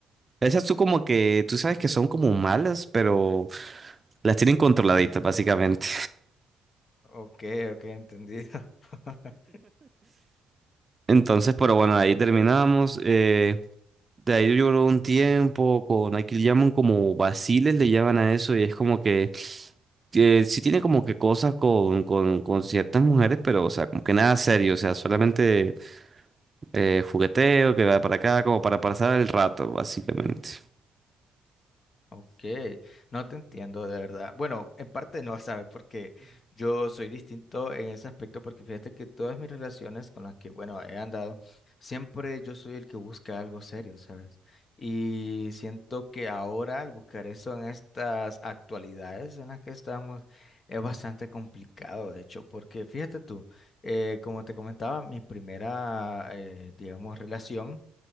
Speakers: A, on the right; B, on the left.
A: Esas tú como que, tú sabes que son como malas, pero las tienen controladitas
B: <laughs>
A: básicamente.
B: Ok, ok, entendido. <laughs>
A: <laughs> Entonces, pero bueno, ahí terminamos. eh, de ahí lloró un tiempo con, aquí le llaman como vaciles, le llaman a eso, y es como que eh, sí tiene como que cosas con, con, con ciertas mujeres, pero o sea, como que nada serio, o sea, solamente eh, jugueteo que va para acá, como para pasar el rato, básicamente.
B: Ok, no te entiendo de verdad. Bueno, en parte no, ¿sabes? Porque yo soy distinto en ese aspecto, porque fíjate que todas mis relaciones con las que, bueno, he andado, siempre yo soy el que busca algo serio, ¿sabes? Y siento que ahora al buscar eso en estas actualidades en las que estamos es bastante complicado, de hecho, porque fíjate tú, eh, como te comentaba, mi primera, eh, digamos, relación